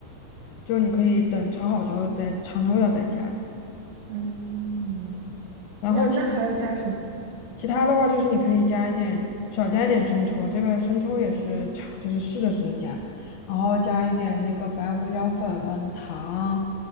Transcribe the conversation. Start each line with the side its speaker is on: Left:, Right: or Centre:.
Left: 就你可以等炒好之后再尝尝味道再加。
Right: 嗯，
Left: 然后其
Right: 那那还要加什么？
Left: 其他的话就是你可以加一点，少加一点生抽，这个生抽也是尝，就是试着试着加，然后加一点那个白胡椒粉、糖，